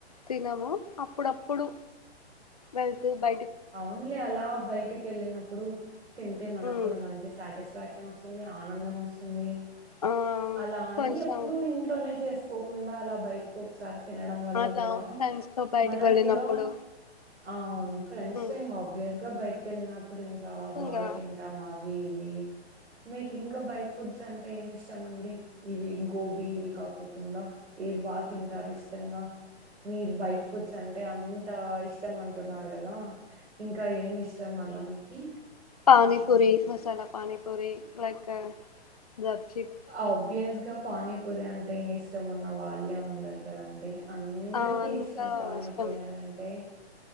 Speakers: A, on the left; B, on the right.
A: తినము అప్పుడప్పుడు వెళ్తూ బా
B: అవును లే అలా బయటికి వెళ్ళినప్పుడు తింటే మనకు
A: ఉమ్,
B: కూడా మంచి సాటిస్ఫాక్షన్ వసు తుంది ఆనందం వస్తుంది
A: ఆ
B: అలా అని
A: కొంచెం
B: ఎప్పుడు ఇంట్లోనే చేసు కోకుండా అలా బయటకు ఒకసారి తినడం వల్ల
A: అట్లా
B: కూడా
A: ఫ్రెండ్స్ తో బయటికి
B: మనకు
A: వెళ్ళినప్పుడు
B: కూడా అవును ఫ్రెండ్స్
A: ఉమ్,
B: తో ఇంకా ఆబ్వియస్ గా బయటకి వెళ్ళినప్పుడు ఇంకా బాగా
A: ఇంకా
B: తింటాం మా వివి మీకు ఇంకా బైట్ ఫుడ్స్ అంటే ఏమి ఇష్టం అండి. ఇవి గోబీ ఇవి కాపోకుండా ఇవి బాగా తింటారు ఇష్టంగా మీరు బైట్ ఫుడ్స్ అంటే అం ఇష్టం అంటున్నారు కదా. ఇంకా ఏమి ఇష్టం అలా మీకి
A: పానీ పూరి మసాలా పానీ పూరి లైక్ గప్చిప్
B: ఆబియస్ గా పానీపూరి అంటే ఇంక ఇష్టం ఉన్న వాళ్ళే ఉండరు కదండి అందరికి
A: అంతా
B: ఇష్టం పానీపూరి
A: ఇష్టం
B: అంటే